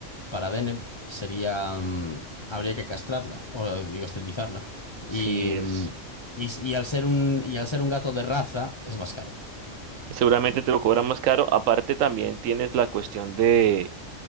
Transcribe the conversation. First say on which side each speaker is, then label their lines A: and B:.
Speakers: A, on the left; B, on the right.
A: para Deneb, sería, mm, habría que castrarla, o digo, esterilizarla. Y,
B: si es...
A: mm, y, y al ser un, y al ser un gato de raza, es más caro.
B: Seguramente te lo cobran más caro. Aparte, también tienes la cuestión de,